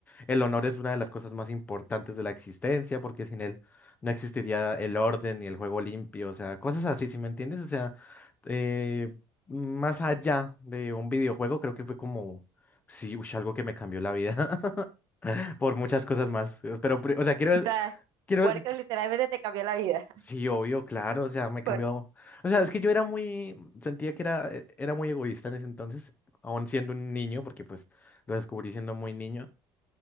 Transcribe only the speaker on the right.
O sea,
Warcraft
literalmente te cambió la vida. <laughs>
Por